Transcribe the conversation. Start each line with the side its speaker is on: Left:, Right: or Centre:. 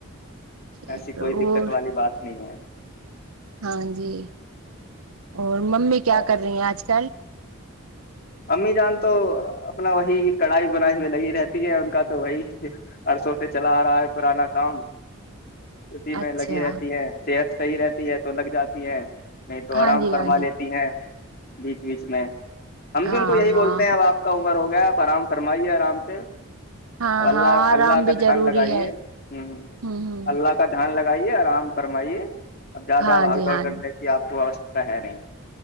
Right: چلو
Left: ایسی کوئی دقت
Right: اور
Left: والی بات نہیں ہے
Right: ہاں جی اور ممی کیا
Left: اور
Right: کر رہی ہیں آج کل
Left: امی جان تو اپنا وہی کڑھائی بنائی میں لگ رہتی ہے ان کا تو وہی عرسوں سے چلا آ رہا ہے پرانا کام اسی میں
Right: اچھا
Left: لگی رہتی ہے صحت صحیح رہتی ہے تو لگ جاتی ہیں نہیں تو
Right: ہاں
Left: آرام
Right: جی
Left: فرما
Right: ہاں جی
Left: لیتی ہیں بیچ بیچ میں ہم بھی
Right: ہاں
Left: ان کو یہی بولتے
Right: ہاں
Left: ہیں ا آپ کاوں ہو گیا آپ آرام فرمائیے آرام سے
Right: ہاں ہاں
Left: اللہ
Right: آرام
Left: اللہ
Right: بھی
Left: کا
Right: ضروری
Left: دھیان لگائیے
Right: ہے
Left: ہ
Right: ہ ہ
Left: اللہ کا دھیان لگائیے آرام فرمائیے اب زیادہ
Right: ہاں
Left: بھگ
Right: جی
Left: دوڑ
Right: ہاں
Left: کرنے
Right: جی
Left: کی آپ کو ہے نہیں